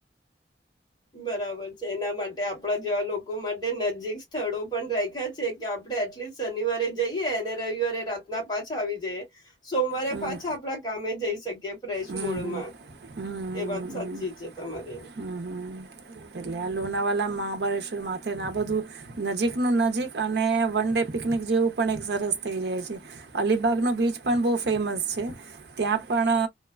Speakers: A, on the left; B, on the right.
A: બરાબર છે એના માટે આપડા જેવા લોકો માટે નજીક સ્થળો પણ રાખ્યા છે. કે આપણેે એટલીસ્ટ શનિવારે જઈ એ અને રવિવારે રાતના પાછા આવી જાય. સોમવારે
B: હમ
A: પાછા આપડા કામે જઈ શકીએ. ફ્રેશ
B: હમ હમ
A: મૂળમાં
B: હમ હમ હમ
A: એ વાત સાચી.
B: હમ
A: જે તમારે એમ
B: હમ હમ એટલે આ લોનાવાલા મહાબલેશ્વર માથે આ બધું નજીકનું નજીક અને વન ડે પિકનિક જેવું પણ એક સરસ થઈ જાય છે. અલીબાગનો બીચ પણ બહુ ફેમસ છે ત્યાં પણ